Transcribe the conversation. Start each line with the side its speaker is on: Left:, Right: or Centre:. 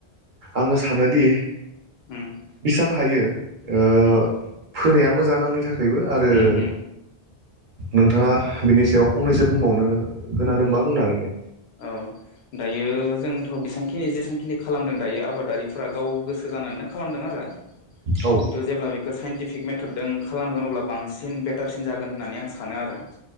Right: आङो सानोदि
Left: उम
Right: बेसेबां हायो ओ
Left: उम
Right: फोनाया मोजां आंनि थाखायबो
Left: मोजां
Right: आरो
Left: उम
Right: नों।
Left: उम
Right: नोंथाङा बिनि सायाव फंनैसो बुंबावनो गोनांदोंबा बुंनो हागोन दे
Left: औ दायो जोंथ' बेसेबांखिनि जेसांखिनि खालामदों दायो आबादारिफोरा गाव गोसो गोसो जानानैनो खालामदों आरो
Right: औ
Left: खिन्थु जेब्ला बेखौ साइन्टिफिक मेथडदों खालामगोन अब्ला बांसिन बेटारसिन जागोन होननानै आं सानो आरो